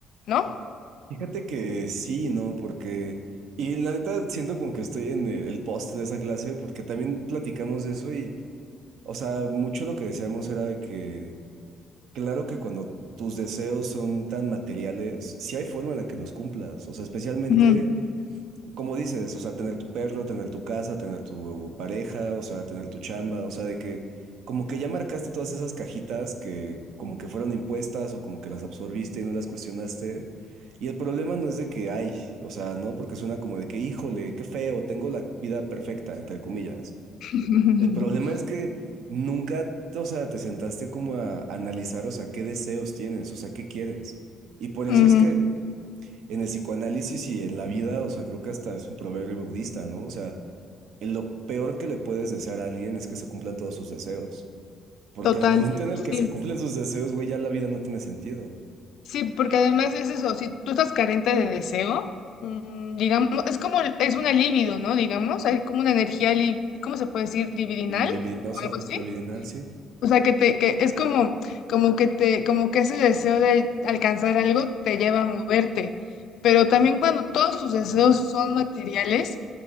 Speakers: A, on the left; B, on the right.
A: ¿no?
B: Fíjate que sí, ¿no? Porque, y la neta, siento como que estoy en el, el post de esa clase, porque también platicamos de eso y, o sea, mucho lo que decíamos era de que... Claro que cuando tus deseos son tan materiales, sí hay forma en la que los cumplas. O sea, especialmente,
A: Ujú.
B: como dices, o sea, tener tu perro, tener tu casa, tener tu pareja, o sea, tener tu chamba, o sea, de que como que ya marcaste todas esas cajitas que como que fueron impuestas o como que las absorbiste y no las cuestionaste. Y el problema no es de que hay, o sea, no, porque suena como de que, híjole, qué feo, tengo la vida perfecta, entre comillas.
A: <laughs>
B: El problema es que nunca, o sea, te sentaste como a analizar, o sea, qué deseos tienes, o sea, qué quieres. Y por eso
A: Ujú.
B: es que en el psicoanálisis y en la vida, o sea, creo que hasta es un proverbio budista, ¿no? O sea, en lo peor que le puedes desear a alguien es que se cumplan todos sus deseos. Porque
A: Total,
B: en el momento en el
A: sí.
B: que se cumplen sus deseos, güey, ya la vida no tiene sentido.
A: Sí, porque además es eso, si tú estás carente de deseo, mm, digamos, es como, el- es una libido, ¿no? Digamos, hay como una energía, li- ¿cómo se puede decir? Libidinal
B: Libidinosa,
A: o algo así.
B: libidinal, sí.
A: O sea, que, te, que es como, como que te, como que ese deseo de alcanzar algo te lleva a moverte. Pero también cuando todos tus deseos son materiales,